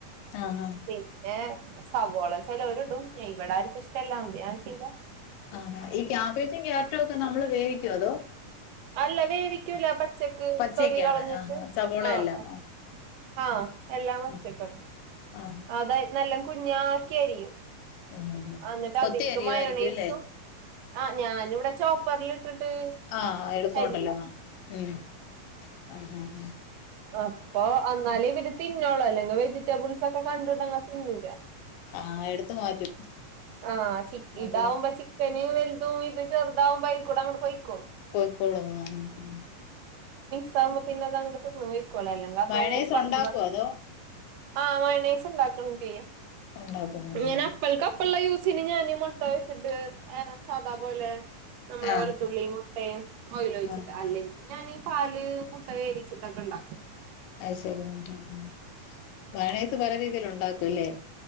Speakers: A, on the left (about 85°); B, on the right (about 75°).
A: ആഹ് ആഹ്
B: പിന്നെ സവോള ചിലര് ഇടും ഇവിടെ ആർക്കും ഇഷ്ടം ഇല്ല പിന്നെ ഞാനിട്ടില്ല.
A: ആ ഈ ക്യാബേജും, ക്യാരറ്റും ഒക്കെ നമ്മള് വേവിക്കോ അതോ
B: അല്ല വേവിക്കുല പച്ചക്ക്
A: പച്ചക്കാണ്
B: തൊലി കളഞ്ഞിട്ട്
A: ആഹ് സവോളയെല്ലാം
B: ആഹ് ആ ആഹ് എല്ലാം വച്ചെക്കണം.
A: ആഹ് ആഹ്
B: അത് നല്ലാം കുഞ്ഞാക്കി അരിയും.
A: ഉം ഉം
B: എന്നിട്ട് അതിക്ക്മയോണേസും
A: ഒത്തിരി അരിയുമായിരിക്കും അല്ലേ
B: ആഹ് ഞാാനിവിടെ ചോപ്പറിൽ ഇട്ടിട്ട്
A: ആഹ് എളുത്തോണ്ടല്ലോ
B: അരിയും
A: ആഹ് ഉ ആഹ്
B: അപ്പൊ എന്നാലേ ഇവര് തിന്നോളൂ അല്ലെങ്കിൽ വെജിറ്റബിൾസ് ഒക്കെ കണ്ടിട്ട് അങ്ങ് തിന്നൂല.
A: ആഹ് എടുത്ത് മാറ്റും
B: ആഹ് ചി ഇതാവുപ
A: അതെ
B: ചി പിന്നെ വല്തും ഇത് ചെറുതാവും അയ്ൽ കൂടെ അങ്ങ്ടെ പോയിക്കോളും
A: പോയിക്കോളും അഹ് അഹ്
B: സാവുമ്പം പിന്നെ അത് അങ്ങട് തിന്ന് പൊയ്ക്കൊളും അല്ലെങ്ക അത്
A: മയണൈസ്
B: പറകി
A: ഉണ്ടാക്കോ അതോ
B: ആഹ് മയണേസ് ഉണ്ടാകും ചെയ്യും
A: ഉണ്ടാക്കും ഉം
B: ഇങ്ങനെ
A: ഉം
B: വൾകപ്പള്ള യൂസിന് ഞാൻ മുട്ട വെച്ചിട്ട് സാദാ പോലെ നമ്മളെ
A: ആഹ്
B: വെളുത്തുള്ളി മുട്ടയും ഓയിൽ ഒഴിച്ചിട്ട്
A: ആഹ്
B: അല്ലെങ്കിൽ ഞാന് പാല് മുട്ട വേവിച്ചിട്ട് ക്കണ്ടാക്കും
A: അയ്ശരി ഹുംഹം മയണേസ് പല രീതിൽ ഉണ്ടാക്കൂല്ലേ